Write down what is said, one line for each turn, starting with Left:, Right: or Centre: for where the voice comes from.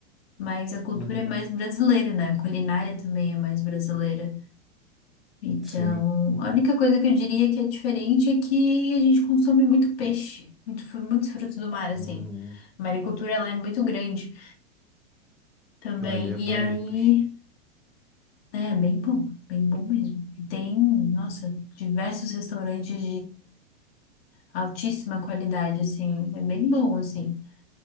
Left: mas a cultura
Centre: Uhum,
Left: é mais brasileira, né? A culinária também é mais brasileira. Então,
Centre: Sim.
Left: a única coisa que eu diria que é diferente é que a gente consome muito peixe, muito, fru- muitos frutos do mar, assim.
Centre: uhum.
Left: A maricultura, ela é muito grande também.
Centre: Aí é bom,
Left: E aí,
Centre: peixinho.
Left: é bem bom, bem bom mesmo. E tem, nossa, diversos restaurantes altíssima qualidade, assim, é bem bom, assim.